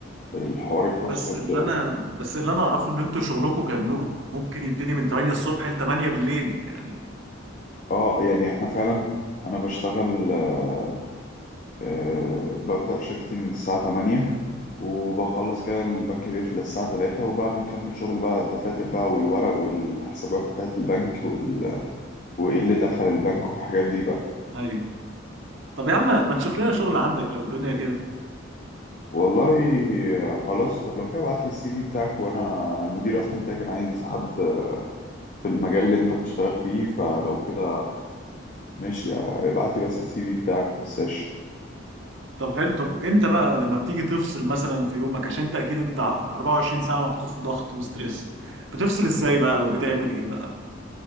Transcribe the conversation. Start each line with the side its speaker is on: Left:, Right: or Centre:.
Left: الحوار الكروسفيت
Right: بس اللي
Left: ده
Right: انا بس اللي انا اعرفه ان انتوا شغلكم كبنوك ممكن يبتدي من 8 الصبح ل 8 بالليل يعني
Left: اه يعني احنا فعلا انا بشتغل آه، آه، ببدأ شيفتي من الساعة 8 وبخلص كده البنك بيقفل الساعة 3 وبقى بنكمل شغل بقى الدفاتر بقى والورق والحسابات بتاعة البنك وال... وايه اللي دخل البنك والحاجات دي بقى
Right: ايوه طب يا عم ما تشوف لنا شغل عندك لو الدنيا كده
Left: والله آه، خلاص طب لو كده ابعت لي السي في بتاعك وانا المدير اصلا بتاعي كان عايز حد في المجال اللي انت بتشتغل فيه فلو كده ماشي ابعت لي بس السي في بتاعك متنساش
Right: طب حلو طب امتى بقى لما بتيجي تفصل مثلا في يومك عشان انت اكيد انت 24 ساعة محطوط في ضغط وستريس بتفصل ازاي بقى وبتعمل ايه بقى